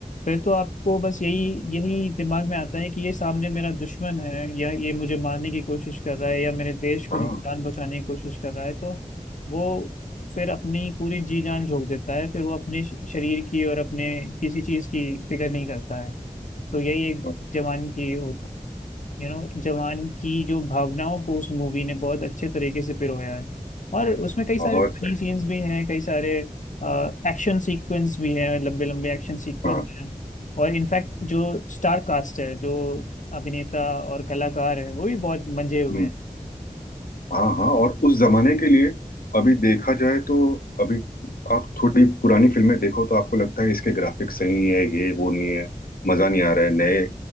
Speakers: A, on the left (about 60°); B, on the left (about 80°).
A: फिर तो आपको बस यही यही दिमाग में आता है कि ये सामने मेरा दुश्मन है या ये मुझे मारने की कोशिश कर रहा है या मेरे देश को
B: हाँ
A: नुकसान पहुंचाने की कोशिश कर रहा है तो वो फिर अपनी पूरी जी जान झोंक देता है फिर वो अपने श- शरीर की और अपने किसी चीज की फिक्र नहीं करता है तो यही एक
B: हाँ,
A: जवान की यू नो जवान की जो भावनाओं को उस मूवी ने बहुत अच्छे तरीके से पिरोया है और उसमें कई सारे
B: बहुत
A: फनी
B: सही
A: सीन्स भी हैं कई सारे एक्शन सीक्वेंस भी हैं लंबे लंबे एक्शन सीक्वेंस
B: हाँ
A: हैं और इनफैक्ट जो स्टार कास्ट है जो अभिनेता और कलाकार है वो भी बहुत मंजे हुए
B: हम्म।
A: हैं
B: हाँ हाँ और उस जमाने के लिए अभी देखा जाए तो अभी आप थोड़ी पुरानी फिल्में देखो तो आपको लगता है इसके ग्राफिक्स सही है ये वो नहीं है मजा नहीं आ रहा है नए